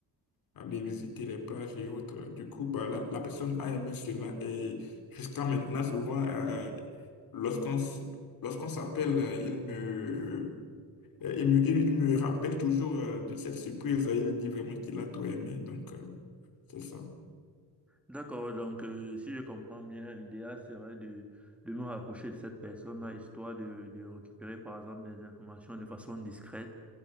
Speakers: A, on the left; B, in the centre.
A: aller visiter les plages et autres. Du coup, bah, la, la personne a aimé cela et jusqu'à maintenant, souvent, euh, lorsqu'on s- lorsqu'on s'appelle, euh, il me, euh, il me, il me rappelle toujours euh, de cette surprise. Il dit vraiment qu'il a tout aimé. Donc, euh, c'est ça.
B: D'accord, donc euh, si je comprends bien, l'idéal serait de, de me rapprocher de cette personne-là, histoire de, de récupérer par exemple des informations de façon discrète,